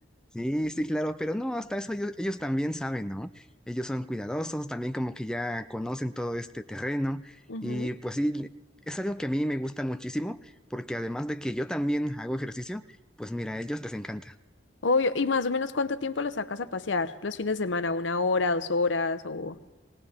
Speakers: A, in the centre; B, on the left.
A: Sí, sí, claro, pero no, hasta eso ellos, ellos también saben, ¿no? Ellos son cuidadosos, también como que ya conocen todo este terreno
B: Ujú.
A: y pues sí, le- es algo que a mí me gusta muchísimo porque además de que yo también hago ejercicio, pues mira, a ellos les encanta.
B: Obvio. ¿Y más o menos cuánto tiempo lo sacas a pasear? ¿Los fines de semana? ¿Una hora, dos horas? O...